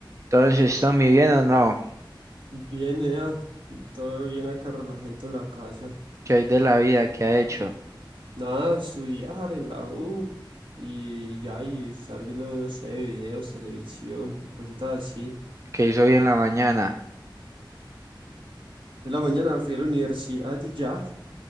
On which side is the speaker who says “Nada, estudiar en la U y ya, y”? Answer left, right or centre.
Right